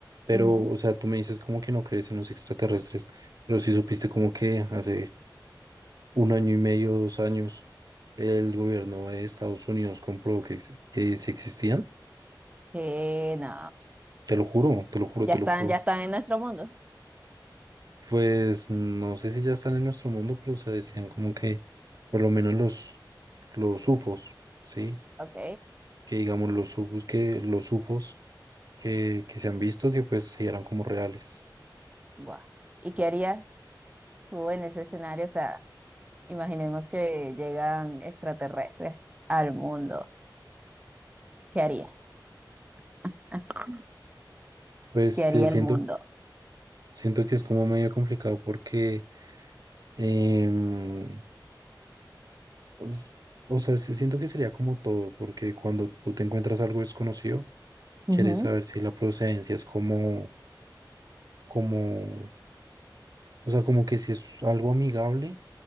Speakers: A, on the right; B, on the right.
A: pero,
B: Ujú.
A: o sea, tú me dices como que no crees en los extraterrestres, pero sí supiste como que hace un año y medio, dos años, el gobierno de Estados Unidos comprobó que, ex- que sí existían,
B: Que no,
A: te lo juro, te lo juro,
B: ya
A: te
B: están,
A: lo juro.
B: ya están en nuestro mundo.
A: Pues no sé si ya están en nuestro mundo, pero se decían como que por lo menos los, los UFOs, ¿sí?
B: Ok,
A: Que digamos los UFOs que, los UFOs que, que se han visto que pues sí eran como reales.
B: guau. ¿Y qué harías tú en ese escenario? O sea, imaginemos que llegan extraterrestres al mundo. ¿Qué harías? <laughs>
A: Pues
B: ¿Qué haría
A: eh, siento
B: el mundo?
A: Siento que es como medio complicado porque, em, pues, o sea, sí siento que sería como todo, porque cuando tú te encuentras algo desconocido, quieres
B: Ujú,
A: saber si la procedencia es como, como, o sea, como que si es algo amigable